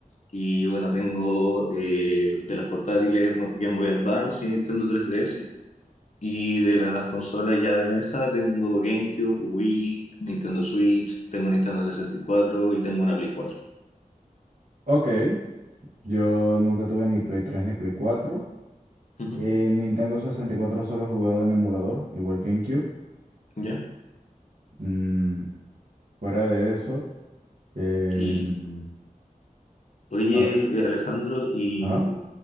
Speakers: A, on the left (about 55°); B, on the right (about 70°).
A: Y bueno, tengo eh, de las portátiles Game Boy Advance y Nintendo 3DS. Y de las consolas ya de mesa tengo GameCube, Wii, Nintendo Switch, tengo Nintendo sesenta y cuatro y tengo una Play cuatro
B: Ok, yo nunca tuve ni Play 3 ni Play 4.
A: Ujú,
B: Eh, Nintendo 64 solo he jugado en emulador, igual que en Cube.
A: ¿Ya?
B: Mm, fuera de eso, eh,
A: Y
B: mm,
A: oye,
B: a-
A: eh, Alejandro, y
B: ajá.
A: mm,